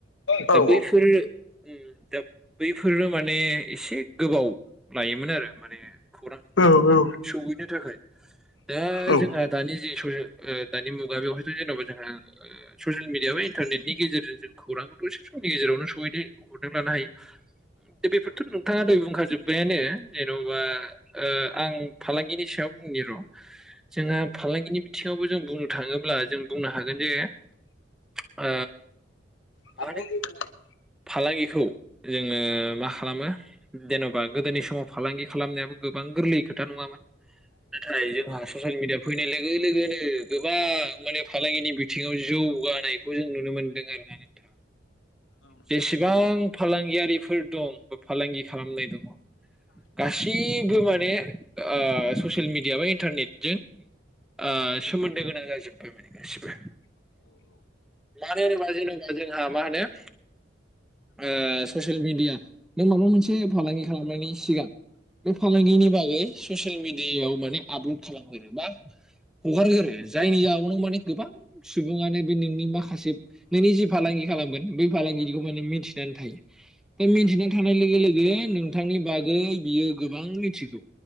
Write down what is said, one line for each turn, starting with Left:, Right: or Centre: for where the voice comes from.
Left: औ
Centre: दा बैफोर
Left: औ
Centre: ओम दा बैफोरो माने एसे गोबाव लायोमोन आरो माने खौरां
Left: औ-औ
Centre: सहैनो थाखाय दा
Left: नोंथां नंगौ।
Centre: जोंहा
Left: औ नोंथां औ
Centre: दानि जि <unintelligible> दानि मुगा बेवहायथ' जेन'बा जोंहा ओ ससियेल मिडिया बा इन्टारनेटनि गेजेरजों खौरांखौथ' एसे समनि गेजेरावनो सहैनो हरदों लानो हायो दा बेफोरथ' नोंथाङा दहय बुंखा जोब्बायानो जेन'बा आं फालांगिनि सायाव बुंनि र' जोंहा फालांगिनि बिथिङावबो जों बुंनो थाङोब्ला जों बुंनो हागोन जे ओ
Left: <unintelligible>
Centre: मा होनो फालांगिखौ जोङो मा खालामो जेन'बा गोदोनि समाव फालांगि खालामनायाबो गोबां गोरलै खोथा नङामोन नाथाय जोंहा ससियेल मिडिया फैनाय लोगो लोगोनो गोबां माने फालांगिनि बिथिङाव जौगानायखौ जों नुनो मोनदों आरोना नोंथां जेसेबां फालांगियारिफोर दं बा फालांगि खालामनाय दङ गासै बो माने ओ ससियेल मिडिया बा इन्टारनेटजों आ सोमोन्दो गोनां जाजोब्बाय माने गासिबो मानो होनोबा जेन जोंहा मा होनो ओ ससियेल मिडिया नों माबा मोनसे फालांगि खालामनायनि सिगां बे फालांगिनि बागै ससियेल मिडियायाव माने आपलड खालामगोरो बा हगारो आरो जायनि जाहोनावनो माने गोबां सुबुङानो बे नोंनि माखासे नोंनि जि फालांगि खालामगोन बै फालांगिखौ माने मिथिनानै थायो दा मिथिनानै थानाय लोगो लोगो नों नोंथांनि बागै बियो गोबां मिथिगौ